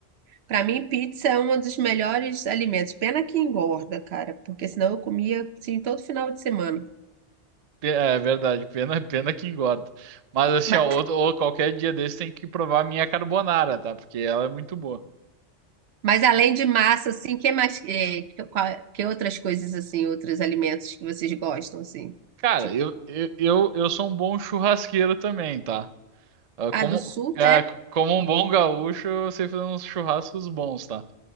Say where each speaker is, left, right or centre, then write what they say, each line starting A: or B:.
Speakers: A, on the right (about 70°); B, on the right (about 45°).
A: para mim, pizza é um dos melhores alimentos. Pena que engorda, cara, porque senão eu comia assim todo final de semana.
B: Pe- É verdade, pena, pena que engorda. Mas assim,
A: Mas,
B: ó, outro- ou qualquer dia desse tem que provar a minha carbonara, tá? Porque ela é muito boa.
A: mas além de massa, assim, que mais, eh, que, qual- que outras coisas assim, outros alimentos que vocês gostam assim?
B: Cara,
A: Tipo,
B: eu, eu, eu, eu sou um bom churrasqueiro também, tá? Ah,
A: ah,
B: Como,
A: do sul,
B: é,
A: né?
B: como um bom gaúcho, eu sei fazer uns churrascos bons, tá?